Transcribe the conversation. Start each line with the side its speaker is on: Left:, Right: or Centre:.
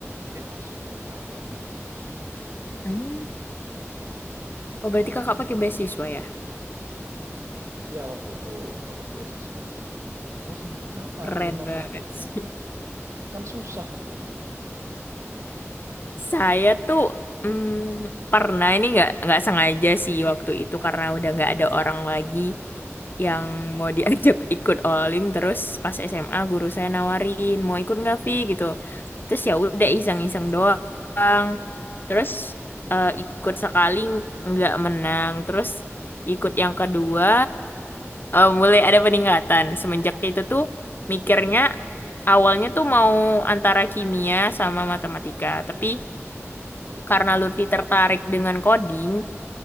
Right: eh masuk ya udah diambil
Left: Hmm. Oh berarti
Right: kamu sendiri
Left: kakak pakai beasiswa ya?
Right: ya waktu itu dapat beasiswa kamu sendiri kenapa
Left: Keren
Right: pilih matematika
Left: banget. <laughs>
Right: kan susah itu
Left: Saya tuh mm, pernah ini nggak nggak sengaja sih waktu itu karena udah nggak ada orang lagi yang mau diajak <laughs> ikut olim terus pas SMA guru saya nawarin mau ikut nggak Vi gitu terus ya udah iseng-iseng doang terus eh, ikut sekali nggak menang terus ikut yang kedua eh, mulai ada peningkatan semenjak itu tuh mikirnya awalnya tuh mau antara kimia sama matematika tapi
Right: hmm.
Left: karena Lutfi tertarik dengan coding